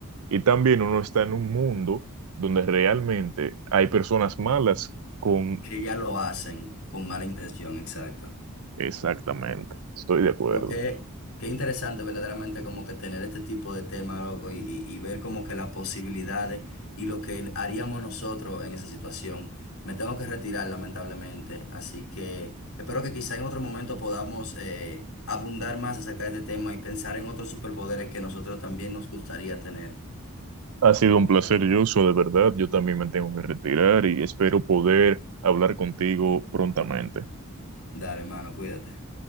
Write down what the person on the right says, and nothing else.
y también uno está en un mundo donde realmente hay personas malas con...
Exactamente, estoy de acuerdo.
Ha sido un placer, Joshua, de verdad. Yo también me tengo que retirar y espero poder hablar contigo prontamente.